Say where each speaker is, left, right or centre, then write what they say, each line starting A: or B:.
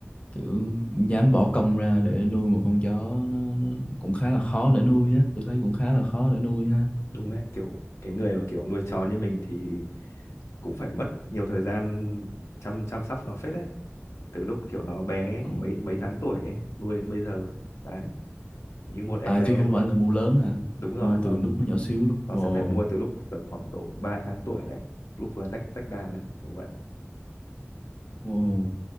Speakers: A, on the left; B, on the left.
A: kiểu dám bỏ công ra để nuôi một con chó nó, nó cũng khá là khó để nuôi á. Tôi thấy cũng khá là khó để nuôi ha.
B: đúng đấy kiểu cái người mà kiểu nuôi chó như mình thì cũng phải mất nhiều thời gian chăm chăm sóc nó phết đấy từ lúc kiểu nó bé
A: Ừ.
B: khoảng mấy mấy tháng tuổi ấy, nuôi đến bây giờ đấy như một em
A: À
B: bé
A: chứ không
B: luôn
A: phải là mua lớn hả?
B: đúng rồi
A: Mua
B: nó
A: từ lúc nó nhỏ xíu luôn.
B: nó
A: Wow.
B: sẽ phải mua từ lúc tầm khoảng độ 3 tháng tuổi đấy lúc vừa tách tách đàn đấy kiểu vậy
A: Wow.